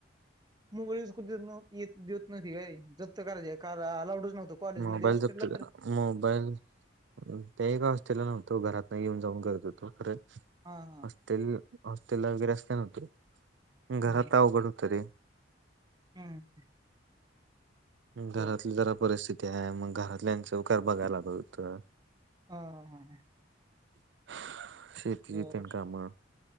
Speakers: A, on the right (about 20°); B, on the right (about 70°).
A: मुगळीस कुठ येत देत नव्हती काय जप्त करायच का अलाउडच नव्हत. कॉलेजमध्ये
B: मोबाईल
A: हॉस्टेलला
B: जपते
A: तर
B: का मोबाईल ते एका हॉस्टेलला नव्हतो हो. घरातन येऊन जाऊन करत होतो. परत
A: हा
B: ते हॉस्टेला वगैरे असता ना तु घरात
A: हम्म
B: अवघड होतं रे.
A: हम्म
B: घरातली
A: बर
B: जरा परिस्थिती आहे. मग घरातल्याच उकार बघायला लागत होत.
A: ह हा हा
B: <unintelligible>
A: बर
B: कामं